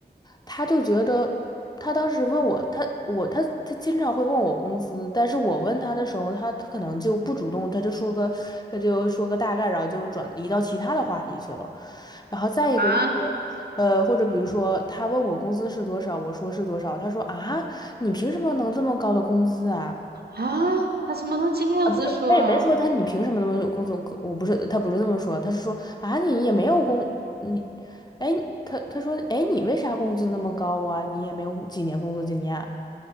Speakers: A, on the left; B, on the right.
A: 他就觉得他当时问我，他我他他经常会问我工资，但是我问他的时候，他他可能就不主动，他就说个他就说个大概，然后就转移到其他的话题去了。然后再一个就是，
B: 啊 <gasps>
A: 呃，或者比如说他问我工资是多少，我说是多少，他说啊，你凭什么能这么高的工资啊？
B: 啊！他怎么能这样子说啊？
A: 啊，不是，他也没说他你凭什么那么有工作？我不是，他不是这么说，他是说啊，你也没有工，你，哎，他他说，哎，你为啥工资那么高啊？你也没有几年工作经验啊，